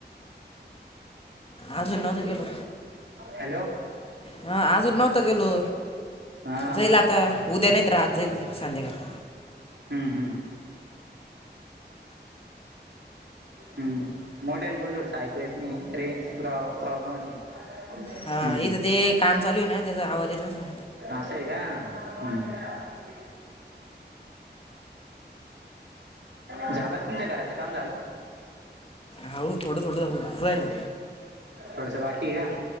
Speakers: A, on the left; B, on the right.
A: आजून नव्हतो गेलो.
B: हॅलो
A: हा आजून नव्हतं गेलो
B: हा
A: जाईल आता उद्या नाही तर आज जाईल संध्याकाळी.
B: हम्म हम्म. हम्म. मोठ्याने आणि बोल थोडं ऐकू येत नाहीये रेंज प्रो प्रॉब्लेम असेल. हम्म.
A: हा इथं ते काम चालू आहे ना त्याचा आवाज येत असेल.
B: असेय का हम्म. झालं तुमच्या घराचं काम झालं?
A: हाऊ हाऊ थोडं थोडं होऊ राहिलं
B: थोडसा बाकी का?